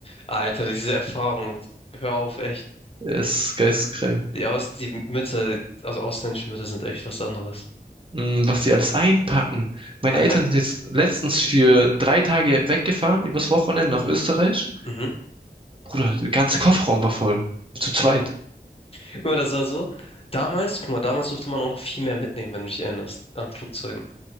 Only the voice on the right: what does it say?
Ist geisteskrank.
Mm, Was die alles einpacken. Meine
Eltern sind jetzt letztens für drei Tage weggefahren, übers Wochenende nach Österreich.
Bruder, der ganze Kofferraum war voll. Zu zweit.